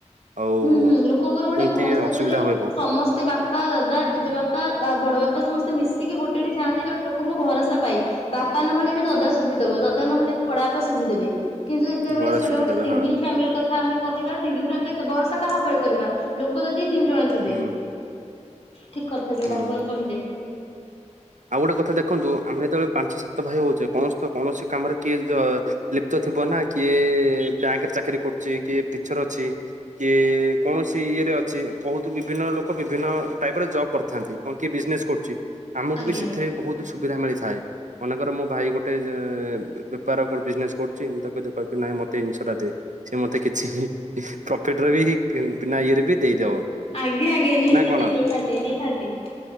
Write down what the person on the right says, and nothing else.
ଆଉ
ଏମିତି
ଅସୁବିଧା
ହୁଏ ବହୁତ।
ଝୁଆର
ସୁଜି
ଦେବେ
ହଁ
ହୁଁ
ହୁଁ।
ଆଉ ଗୋଟେ କଥା ଦେଖନ୍ତୁ ଆମେ ଯେତେବେଳେ ପାଞ୍ଚ ସାତ ଭାଇ ହଉଛେ। କୌଣସି କୌଣସି କାମରେ କିଏ ଲିପ୍ତ ଥିବ ନା କିଏ ବ୍ୟାଙ୍କରେ ଚାକିରି କରୁଛି କିଏ ଟିଚର ଅଛି କିଏ କୌଣସି ଇଏରେ ଅଛି ବହୁତ ବିଭିନ୍ନ ଲୋକ ବିଭିନ୍ନ ଟାଇପର ଜବ କରିଥାନ୍ତି କଣ କିଏ ବିଜନେସ କରୁଛି।
ବି ସେଥିରେ ବହୁତ ସୁବିଧା ମିଳି ଥାଏ ମନେକର ମୋ ଭାଇ ଗୋଟେ ବେପାର ବିଜନେସ କରୁଛି ମୁଁ ତାକୁ କହିବି ନାଇଁ ମତେ ଇନ୍ସୁରାସ ଦେ ସିଏ ମତେ କିଛି ପ୍ରଫିଟରେ ବି ବିନା ଇଏରେ ବି ଦେଇଦବ
ନା କଣ?